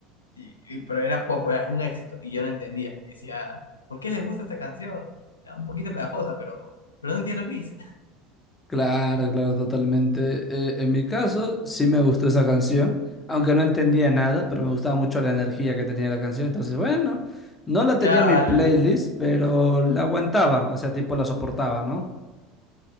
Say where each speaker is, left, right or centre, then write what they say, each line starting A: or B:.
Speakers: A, on the left; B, on the left.
A: Y, y- pero era popular, un éxito, y yo no entendía. Y decía, ¿por qué les gusta esta canción? Era un poquito pegajosa, pero, pero no entiendo qué dice.
B: Claro, claro, totalmente. Eh, en mi caso, sí me gustó esa canción, aunque no entendía nada, pero me gustaba mucho la energía que tenía la canción. Entonces, bueno, no la tenía
A: Claro,
B: en mi
A: al,
B: playlist, pero la aguantaba, o sea, tipo la soportaba, ¿no?